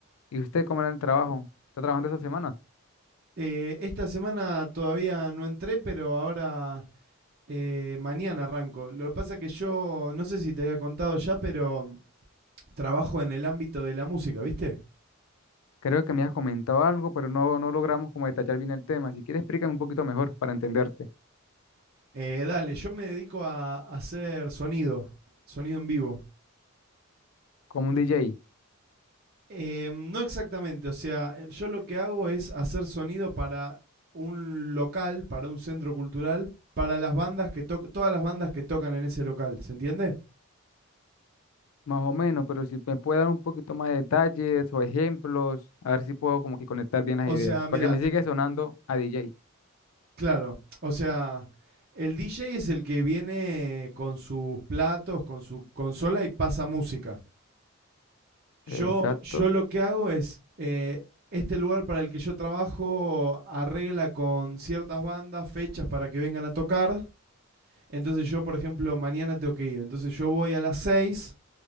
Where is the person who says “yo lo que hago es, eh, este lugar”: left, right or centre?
Right